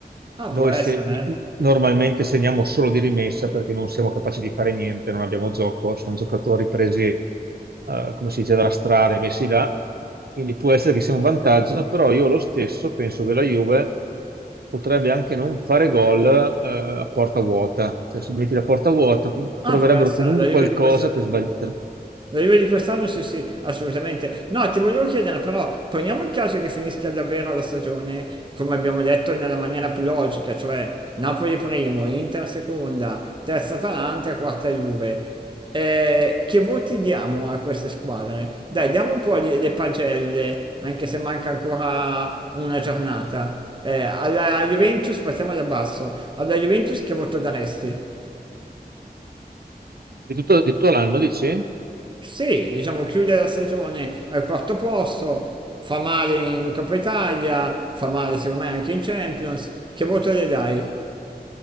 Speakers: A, on the right; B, on the right.
A: Ah, può
B: Noi
A: essere,
B: se-
A: eh.
B: normalmente segniamo solo di rimessa perché non siamo capaci di fare niente, non abbiamo gioco, sono giocatori presi, eh, come si dice, dalla strada e messi là, quindi può essere che sia un vantaggio, però io lo stesso penso che la Juve potrebbe anche non fare gol, eh, a porta vuota, cioè se metti la porta vuota com-
A: Ah,
B: troverebbero
A: può essere,
B: comunque
A: l'arrivo
B: qualcosa
A: di quest'anno.
B: per sbagliare.
A: L'arrivo di quest'anno sì, sì, assolutamente. No, ti volevo chiedere, però, poniamo il caso che finisca davvero la stagione, come abbiamo detto, nella maniera più logica, cioè Napoli primo, Inter seconda, terza Atalanta, quarta Juve. Eh, che voti diamo a queste squadre? Dai, diamo un po' le, le pagelle, anche se manca ancora una giornata. Eh, alla Juventus, partiamo da basso. Alla Juventus che voto daresti?
B: Di tutto, di tutto l'anno, dici?
A: Sì, diciamo chiude la stagione al quarto posto, fa male in Coppa Italia, fa male secondo me anche in Champions. Che voto le dai?